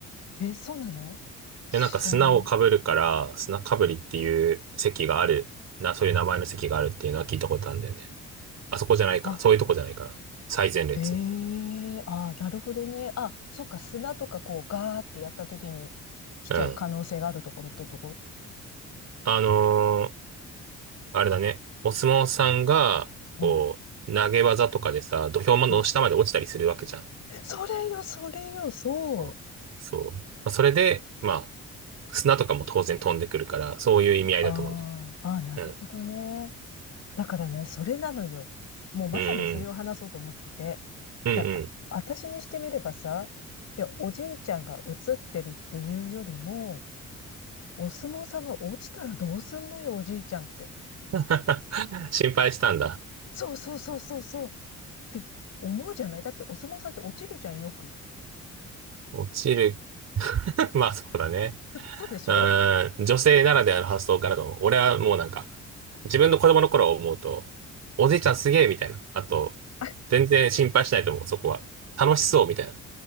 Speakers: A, on the left; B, on the right.
A: え、そうなの知らない。
B: いや、なんか砂をかぶるから、砂かぶりっていう席がある。な、そういう名前の席があるっていうのは聞いたことあるんだよね。あそこじゃないから。
A: あ、
B: そういうとこじゃないから。最前列。
A: ええああ、なるほどね。あ、そっか、砂とかこう、ガーってやった時に来ちゃう可能性があるところってとこ。
B: うん。あのーあれだね。お相撲さんが、
A: うん、
B: こう、投げ技とかでさ、土俵の下まで落ちたりするわけじゃん。
A: うん。それよ、それよ、そう。
B: あそう。まあ、それで、まあ、砂とかも当然飛んでくるから、そういう意味合いだと思うね。
A: ああ、ああ、なるほどね。
B: うん。
A: だからね、それなのよ。もうまさにそれを話そうと思ってて。
B: うんうん。うんうん。
A: で、私にしてみればさ、で、おじいちゃんが映ってるっていうよりも、お相撲さんが落ちたらどうすんのよ、おじいちゃんって。
B: <laughs> 心配したんだ。
A: そうそうそうそうそうって思うじゃないだってお相撲さんって落ちるじゃん、よく。
B: 落ちる。<laughs> まあそうだね。
A: <laughs> そうでしょ
B: うーん。女性ならではの発想かなと思う。俺はもうなんか、自分の子供の頃を思うと、おじいちゃんすげえみたいな。あと、
A: え
B: 全然心配しないと思う、そこは。楽しそうみたいな。